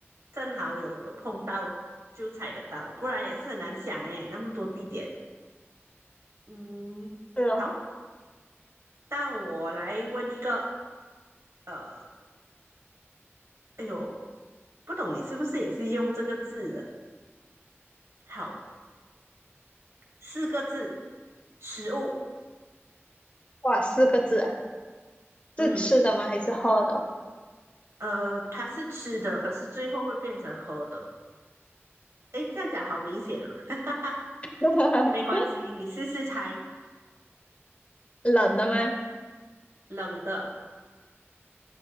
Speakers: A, on the right; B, on the left.
A: 正好有有碰到就踩得到，不然也是很难想诶，那么多地点。嗯，
B: 是哦，
A: 好，到我来问一个，呃，哎呦，不懂你是不是也是用这个字的？好，四个字，食物。
B: 哇，四个字啊，
A: 嗯，
B: 是吃的吗？还是喝的？
A: 呃，它是吃的，可是最后会变成喝的。哎，这样讲好明显哦。<laughs>
B: <laughs>
A: 没关系，你试试猜，
B: 冷的吗？
A: 冷的。